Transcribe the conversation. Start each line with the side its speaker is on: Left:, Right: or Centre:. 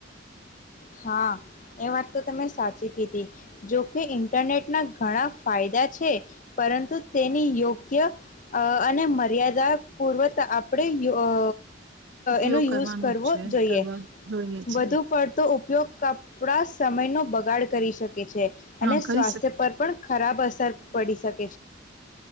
Left: હા એ વાત તો તમે સાચી કીધી. જોકે ઇન્ટરનેટના ઘણા ફાયદા છે, પરંતુ તેની યોગ્ય અને મર્યાદા પૂર્વક આપણે અ
Right: ઉપયોગ
Left: એનો યુઝ
Right: કરવાનો
Left: કરવો
Right: જ છે
Left: જોઈએ.
Right: કરવા જોઈએ છે
Left: વધુ પડતો કપડા સમય નો બગાડ કરી શક શકે છે
Right: હા
Left: અને
Right: કરી
Left: સ્વાસ્થ્ય
Right: શક
Left: પર પણ ખરાબ અસર પડી શક